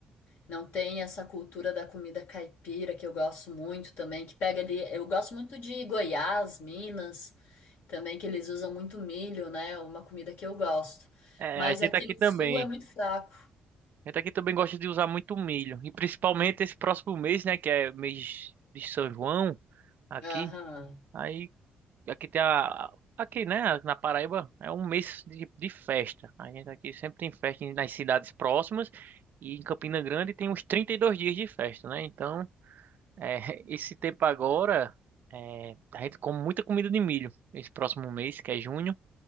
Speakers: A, on the left; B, on the right.
A: não tem essa cultura da comida caipira que eu gosto muito também, que pega ali. Eu gosto muito de Goiás, Minas. Também que eles usam muito milho, né? Uma comida que eu gosto.
B: é,
A: Mas
B: a gente
A: aqui
B: aqui
A: no
B: também.
A: sul é muito fraco.
B: A gente aqui também gosta de usar muito milho. E principalmente esse próximo mês, né? Que é mês de São João aqui.
A: Aham.
B: Aí Aqui tem a. Aqui, né, na Paraíba, é um mês de, de festa. A gente aqui sempre tem festa em- nas cidades próximas. E em Campina Grande tem uns 32 dias de festa, né? Então, é, <laughs> esse tempo agora, é, a gente come muita comida de milho. Esse próximo mês, que é junho,